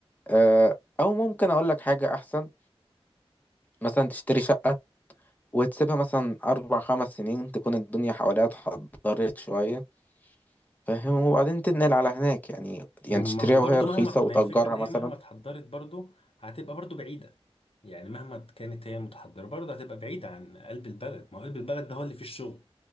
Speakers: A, on the left; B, on the left.
A: آه، او ممكن اقول لك حاجة احسن مثلا تشتري شقة وتسيبها مثلا اربع خمس سنين تكون الدنيا حواليها اتحضرت شوية فاهم وبعدين تنقل على هناك يعني يعني
B: ما
A: تشتريها
B: هو برضو
A: وهي رخيصة
B: مهما
A: وتأجرها
B: ما هي الفكرة ان هي
A: مثلا
B: مهما اتحضرت برضو هتبقى برضو بعيدة يعني مهما كانت هي متحضرة برضو هتبقى بعيدة عن قلب البلد ما هو قلب البلد ده هو اللي فيه الشغل